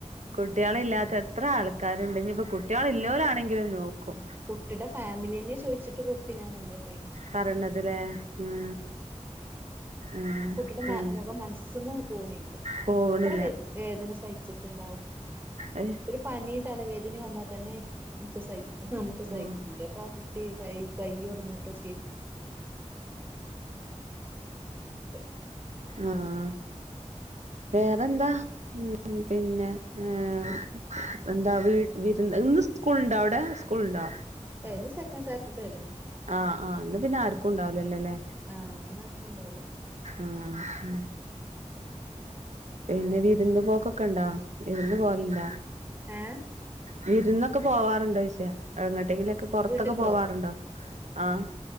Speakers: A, on the right; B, on the right.
A: കുട്ട്യാളില്ലാത്ത
B: ആഹ്
A: എത്ര ആൾക്കാര്ണ്ട് ഇഞ്ഞിപ്പം കുട്ട്യാളില്ലോലാണെങ്കിലും നോക്കും
B: കുട്ടീടെ ഫാമിലിന്നെ ചോയ്ച്ചിട്ട് കൊട്ത്തിലാ എന്നല്ലേ പറിണത്
A: പറിണത് ലേ ഉം ഉം
B: കുട്ടിടെ മ
A: ഉം
B: മുഖം മനസ്സ്ന്നാ പോണില്ല.
A: പോവണില്ല
B: എത്ര വേ വേദന സഹിച്ചിട്ട്ണ്ടാവും.
A: അഹ്
B: പനിം തലവേദനിം വന്നാ തന്നെ ഇൻക്ക് സഹി നമ്മക്ക് സഹിക്കൂല.
A: ഉം
B: അപ്പാ കുട്ടി കൈ കൈ ഒടിഞ്ഞിട്ടൊക്കെ അങ്ങനെ
A: ആഹ് വേറെന്താ? ഉം പിന്നെ ഏഹ് എന്താ വീ വിര് ഇന്ന് സ്കൂൾ ണ്ടോ അവടെ സ്കൂൾണ്ടോ?
B: ഏഹ് ഇന്ന് സെക്കൻ് സാറ്റർഡേ അല്ലേ?
A: ആഹ് ആഹ് ഇന്ന് പിന്നെ ആർക്കും ണ്ടാവുലല്ലേ ല്ലെ?
B: ആഹ് ഇന്ന് ആർക്കും ണ്ടാവുല.
A: ആഹ് ആഹ് പിന്നെ വിരുന്ന് പോക്കൊക്കെ ണ്ടാ വിരുന്ന് പോവല്ണ്ടാ?
B: ഏഹ്
A: വിരുന്നൊക്കെ പോവാറുണ്ടോ യ്ച്ച എങ്ങട്ടെങ്കിലൊക്കെ പൊർത്തൊക്കെ
B: വീട്ടിക്കോ
A: പോവാറുണ്ടോ? ആഹ്